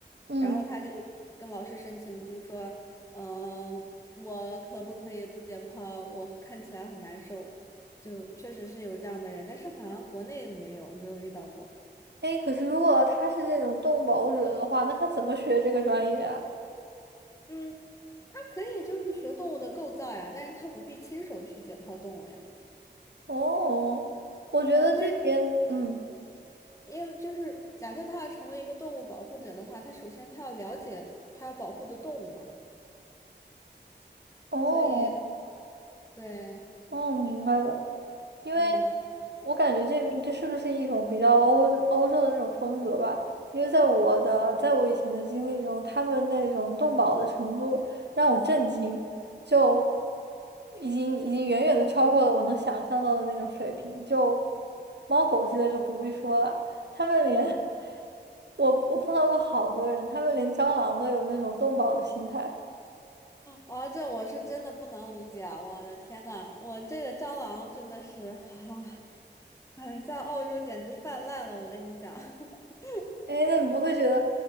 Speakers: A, on the right (about 70°); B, on the left (about 15°).
A: 嗯，
B: 然后他就跟老师申请，就是说，嗯、我可不可以不解剖？我看起来很难受，就确实是有这样的人，但是好像国内没有没有遇到过。
A: 哎，可是如果他是这种动物保护者的话，那他怎么学这个专业啊？
B: 嗯，他可以就是学动物的构造呀，但是他不必亲手去解剖动物呀。
A: 哦，我觉得这边，
B: 嗯、呃对，
A: 嗯，
B: 因为就是假设他要成为一个动物保护者的话，他首先他要了解他要保护的动物嘛，
A: 哦，
B: 所以对，
A: 哦，明白了，因为
B: 嗯
A: 我感觉这边这是不是一种比较欧欧洲的那种风格吧？因为在我的，在我以前的经历中，他们那种动保的程度让我震惊，就已经已经远远的超过了我能想象到的那种水平。就猫狗之类就不必说了，他们连
B: 嗯，
A: <laughs> 我我碰到过好多人，他们连蟑螂都有那种动保的心态。
B: 哦，这我是真的不能理解啊，我的天呐，我这个蟑螂真的是，啊，哎，在澳洲简直泛滥了，我跟你讲。<laughs>
A: 哎，那你不会觉得，